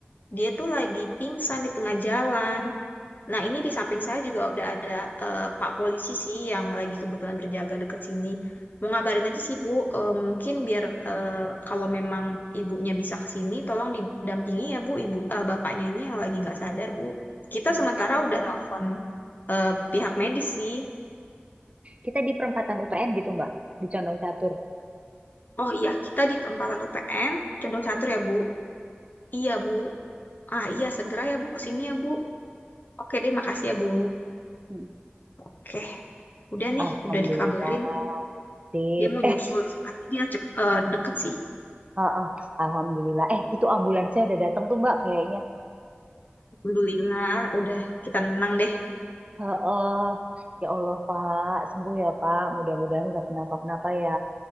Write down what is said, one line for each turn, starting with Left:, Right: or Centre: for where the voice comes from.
Left: Dia tuh lagi pingsan di tengah jalan. Nah, ini di samping saya juga udah ada eh, Pak polisi sih yang lagi kebetulan berjaga deket sini. Mau ngabarin aja sih Bu, Eh, mungkin biar eh, kalau memang ibunya bisa ke sini, tolong didampingi ya Bu, ibu eh, bapaknya ini yang lagi nggak sadar Bu. Kita
Right: Mm-mm.
Left: sementara udah nelfon eh, pihak medis sih.
Right: Kita di perempatan UPN gitu Mbak, di Condong Catur.
Left: Oh iya, kita di perempatan UPN, Condong Catur ya Bu. Iya Bu. Ah iya, segera ya Bu ke sini ya Bu. Oke deh, makasih ya Bu.
Right: Mm.
Left: Oke, udah
Right: Alhamdulillah.
Left: nih, udah dikabarin.
Right: Sip.
Left: Dia mau
Right: Eh,
Left: nyusul, tapi dia cep, eh, deket sih.
Right: ah, ah, Alhamdulillah. Eh, itu ambulansnya udah datang tuh Mbak kayaknya.
Left: Alhamdulillah, udah kita menang deh.
Right: Heeh. Ya Allah, Pak. Sembuh ya, Pak. Mudah-mudahan nggak kenapa-kenapa ya.